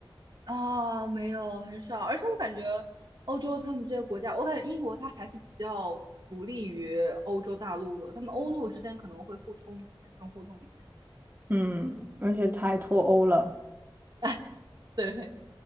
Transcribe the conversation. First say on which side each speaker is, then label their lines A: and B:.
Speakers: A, on the right (about 50°); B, on the right (about 25°).
A: 啊，没有很少，而且我感觉欧洲他们这些国家，我感觉英国它还是比较独立于欧洲大陆的，他们欧陆之间可能会互通一些，更互通一些。
B: 嗯，而且太脱欧了。
A: <laughs> 对，